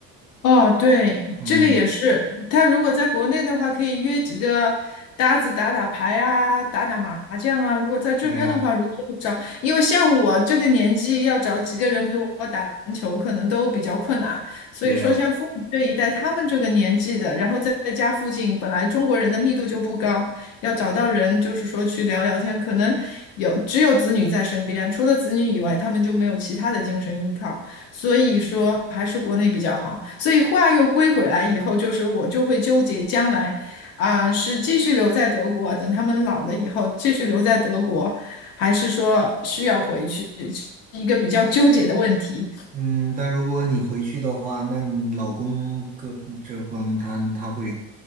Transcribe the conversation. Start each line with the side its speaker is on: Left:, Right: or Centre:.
Left: 哦，对，
Right: 嗯，
Left: 这个也是。他如果在国内的话，可以约几个搭子打打牌啊，打打麻将啊。如果在这边的话，
Right: 对呀，
Left: 如果找，因为像我这个年纪，要找几个人陪我打篮球，可能都比较困难。所以说，
Right: 对呀，
Left: 像父母这一代，他们这个年纪的，然后在在家附近，本来中国人的密度就不高，要找到人，就是说去聊聊天，可能有只有子女在身边，除了子女以外，他们就没有其他的精神依靠。所以说还是国内比较好。所以话又归回来以后，就是我就会纠结将来啊，是继续留在德国，等他们老了以后继续留在德国，还是说需要回去，是一个比较纠结的问题。
Right: 嗯，但如果你回去的话，那你老公个这方他他会